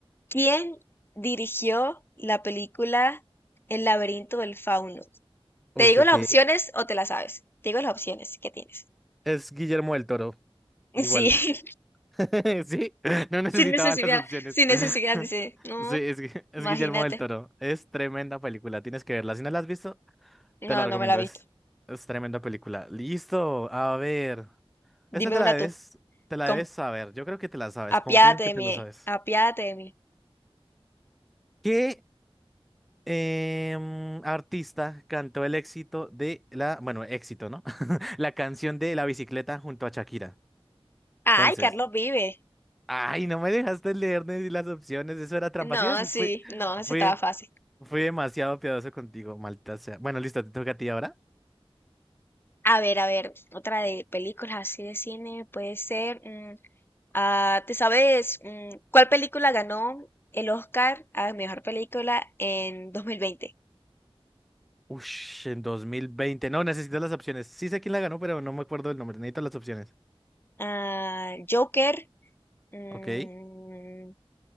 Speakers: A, on the left; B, in the centre.
A: ¿quién dirigió la película El laberinto del fauno?
B: Uy,
A: ¿Te digo
B: ok.
A: las opciones o te las sabes? Te digo las opciones que tienes.
B: Es Guillermo del Toro.
A: <laughs>
B: Igual.
A: Sí, <laughs>
B: <laughs> Sí, no necesitaba
A: sin necesidad,
B: las opciones.
A: sin
B: <laughs>
A: necesidad, dice. No,
B: Sí, es, Gui- es
A: imagínate.
B: Guillermo del Toro. Es tremenda película. Tienes que verla. Si no la has visto, Te
A: No,
B: la recomiendo,
A: no me la he visto.
B: es, es tremenda película. Listo, a ver. Esta
A: Dime
B: te la
A: una
B: debes,
A: tú.
B: te la
A: Com-
B: debes saber. Yo creo que te la sabes,
A: apiádate
B: confío en que
A: de
B: te
A: mí,
B: la sabes.
A: apiádate de mí.
B: ¿Qué em, artista cantó el éxito de la, bueno, éxito, ¿no? <laughs> La canción de La bicicleta junto a Shakira.
A: Ay,
B: Entonces,
A: Carlos vive.
B: ay, no me dejaste leer ni las opciones, eso era trampa.
A: No,
B: Sí, es-
A: sí,
B: fui,
A: no, se
B: fui,
A: estaba fácil.
B: fui demasiado piadoso contigo, maldita sea. Bueno, listo, te toca a ti ahora.
A: A ver, a ver, otra de películas así de cine puede ser. mm, ah, ¿te sabes mm, cuál película ganó el Oscar a mejor película en dos mil veinte.
B: Ush, en 2020 No, necesito las opciones. Sí sé quién la ganó, pero no me acuerdo del nombre. Necesito las opciones.
A: Ah, Joker, mm,
B: Ok. El